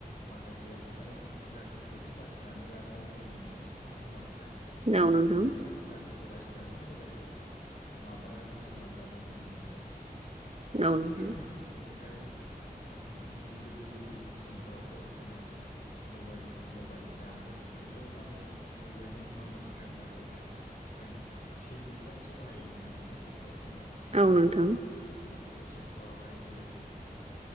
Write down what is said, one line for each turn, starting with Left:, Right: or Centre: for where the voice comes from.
Left: माखासेया माने गाज्रिखौथ' बासिनानै लानाया जोंनिनो दायथ'खा नङा होमबा नोंथां
Right: औ
Left: माने
Right: नोंथां
Left: मोजां गाज्रिखौ बासिनानै मोजांखौ माबानानै बोजबनानै लानाया जोंनि दायथ' दा
Right: औ नोंथां
Left: बिनिफ्राय गिबि गिबि गोदो समफोरावथ' जोंहा मबाइल मबाइल जामबुं बेफोर माने गैयामोन नङा होमबानो माबायाहाय सिगां टेलिफनसो बाहायोमोन ना गोदो गोदाय समाव
Right: औ नोंथां
Left: बे समफोरावहाय जेरै